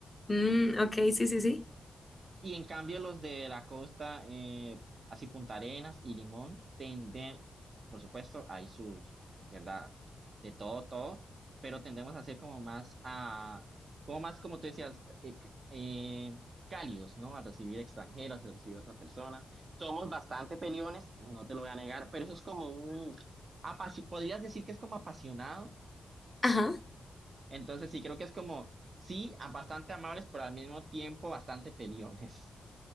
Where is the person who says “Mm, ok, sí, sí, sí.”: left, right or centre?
Left